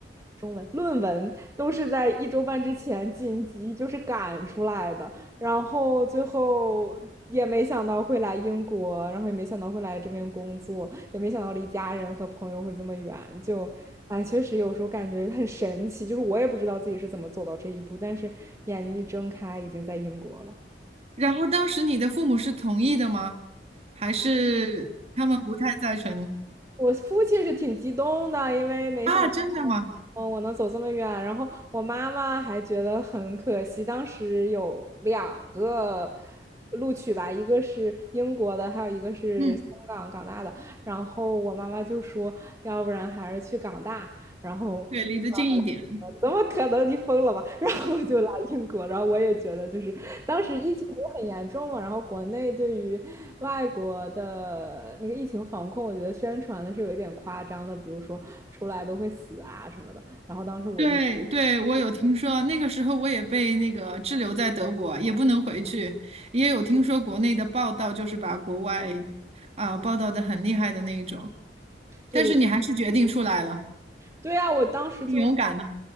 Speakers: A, on the right; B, on the right.
A: 中文论文都是在一周半之前紧急就是赶出来的，然后最后也没想到会来英国，然后也没想到会来这边工作，也没想到离家人和朋友会这么远，就，哎，确实有时候感觉很神奇，就是我也不知道自己是怎么走到这一步，但是眼睛一睁开，已经在英国了。
B: 然后当时你的父母是同意的吗？还是他们不太赞成？
A: 我父亲是挺激动的，因为没想
B: 啊，真的吗？
A: 嗯，我能走这么远，然后我妈妈还觉得很可惜，当时有两个录取吧，一个是英国的，还有一个是香港港大的，
B: 嗯，
A: 然后我妈妈就说，要不然还是去港大，然后呃怎么可能？
B: 对，离得近一点。
A: 你疯了吧？<laughs> 然后我就来英国，然后我也觉得就是当时疫情不是很严重嘛，然后国内对于外国的那个疫情防控，我觉得宣传的是有一点夸张的，比如说出来都会死啊什么的。然后当时我就。
B: 对对，我有听说，那个时候我也被那个滞留在德国，也不能回去，也有听说国内的报道，就是把国外啊、报道的很厉害的那一种，
A: 对对。
B: 但是你还是决定出来了，
A: 对呀，我当时就
B: 挺勇敢呢？